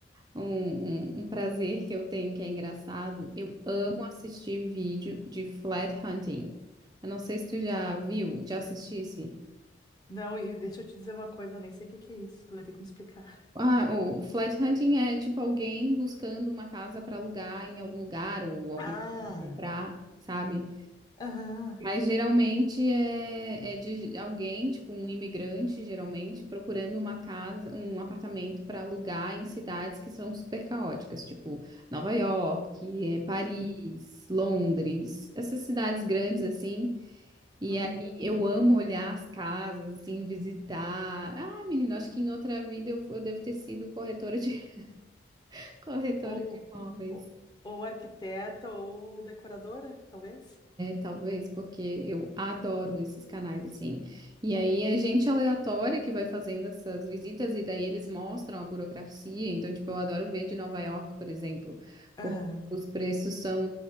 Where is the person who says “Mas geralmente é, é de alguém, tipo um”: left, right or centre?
Right